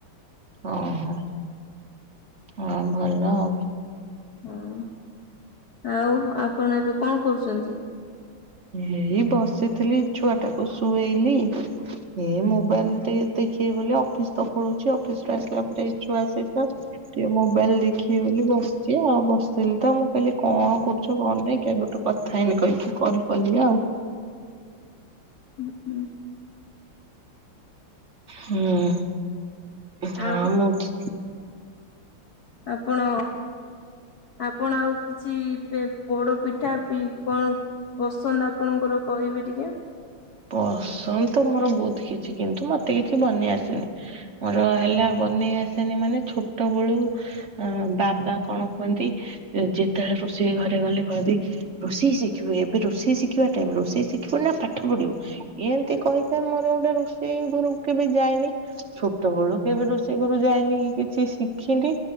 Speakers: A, on the right; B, on the left.
A: ଓହୋ ହଁ ଭଲ ଆଉ।
B: ହୁଁ। ଆଉ ଆପଣ ଏବେ କଣ କରୁଚନ୍ତି?
A: ଏଇ ବସିଥିଲି ଛୁଆ ଟାକୁ ଶୁଏଇଲି। ଏ ମୋବାଇଲ ଟିକେ ଦେଖିବି ବୋଲି ଅଫିସ ତ ପଳଉଚି। ଅଫିସ ରୁ ଆସିଲା ପରେ ଏଇ ଛୁଆ ସଇତ ଟିକେ ମୋବାଇଲ ଦେଖିକି ବୋଲି ବସ ଚି ଆଉ ବସିଥିଲି ତ ମୁଁ କହିଁଲି କଣ କରୁଚ କଣ ନାଇଁ କେବେଠୁ କଥା ହେଇନି କହିକି କଲ କଲି ଆଉ।
B: ହୁଁ ହୁଁ।
A: ହୁଁ। ଏ
B: ଆଉ
A: ଆମଉଛି
B: ଆପଣ ଆପଣ ଆଉ କିଛି ପ ପୋଡ ପିଠା ପି କଣ ପସନ୍ଦ ଆପଣଙ୍କର କହିବେ ଟିକେ।
A: ପସନ୍ଦ ତ ମୋର ବହୁତ କିଛି କିନ୍ତୁ ମତେ କିଛି ବନେଇ ଆସିନି। ମୋର ହେଲା ବନେଇ ଆସେନି ମାନେ ଛୋଟ ବେଳୁ ଅ ବାବା କଣ କୁହନ୍ତି ଯେତେବେଳେ ରୋଷେଇ ଘରେ ଗଲେ କହନ୍ତି ରୋଷେଇ ଶିଖିବୁ? ଏବେ ରୋଷେଇ ଶିଖିବା ଟାଇମ? ରୋଷେଇ ଶିଖିବୁ ନା ପାଠ ପଢିବୁ? ଏମତି କହିି କହି ମୋର ଗୋଟେ ରୋଷେଇ ଘରକୁ କେବେ ଯାଇନି। ଛୋଟ ବେଳୁ କେବେ ରୋଷେଇ ଘରକୁ କେବେ ଯାଇନି କି କିଛି ଶିଖିନି।